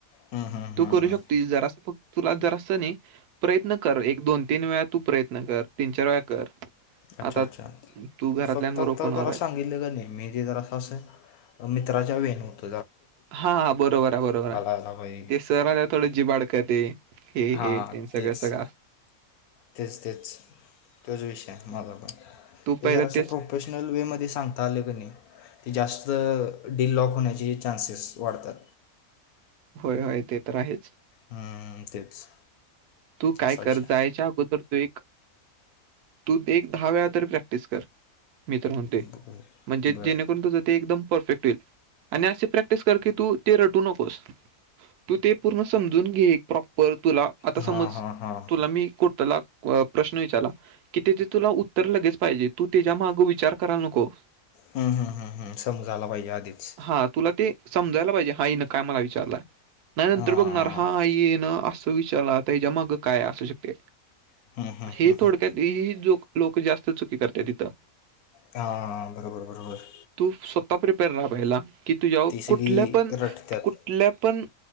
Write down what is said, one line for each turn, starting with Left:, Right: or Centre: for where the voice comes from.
Left: हम्म, हम्म,
Right: तू करू
Left: हम्म.
Right: शकतस जरास फक्त तुला जरास नाही प्रयत्न कर एक दोन तीन वेळा तू प्रयत्न कर तीन चार वेळा कर.
Left: अच्छा!
Right: आता
Left: अच्छा!
Right: तू घरातल्यांबरोबर
Left: फक्त आता
Right: पण
Left: जरा
Right: आहे
Left: सांगितलं कण्य मी जे जरां अस, मित्राच्या वेनूत
Right: हा बरोबर आहे, बरोबर आहे,
Left: आला पाहिजे
Right: ते सर आल्यत थोडं जिभ अडकली हे
Left: हां
Right: हे त्यांच सगळं
Left: तेच
Right: सगळं
Left: तेच, तेच, तोच विषय हाय.
Right: तू पहिलं
Left: जरा स
Right: तेच
Left: प्रोफेशनल वे मध्ये सांगता आलं कण्य जास्त डील लॉक होण्याचे चान्सेस वाढतात.
Right: होय, होय ते तर आहेच.
Left: हम्म तेच.
Right: तू काय
Left: असा
Right: कर
Left: विषय आहे.
Right: जायच्या अगोदर तू एक तू एक दहा वेळा तर प्रॅक्टिस कर. मी तर म्हणतोय,
Left: बरं
Right: म्हणजे
Left: बरं
Right: जेणेकरून तुझं ते एकदम परफेक्ट येईल. आणि असे प्रॅक्टिस कर क तू ते रटू नकोस. तू ते पूर्ण समजून घे प्रॉपर तुला आ
Left: हां
Right: समज
Left: हां हां हम्म,
Right: तुला मी प्रश्न विचारला की ते तुला उत्तर लगेच पाहिजे तू त्याच्या माग विचार कराला नको.
Left: हम् हम्म हम्म हम्म समजा आला पाहिजे आधीच.
Right: हा तुला ते समजायला पाहिजे हा हिन काय मला विचारलाय, नाही नंतर
Left: हां
Right: बघणार हा हिन असं विचारला. हिज्या माग काय असू शकते,
Left: हम्म, हम्म,
Right: हे
Left: हम्म,
Right: थोडक्यात
Left: हम्म.
Right: हे जो लोक जास्त चुकी करत्यात इथं.
Left: हा बरोबर, बरोबर.
Right: तू <unintelligible> की तुझ्यावर
Left: ती सगळी
Right: कुठल्या पण,
Left: रटत्यात
Right: कुठल्या पण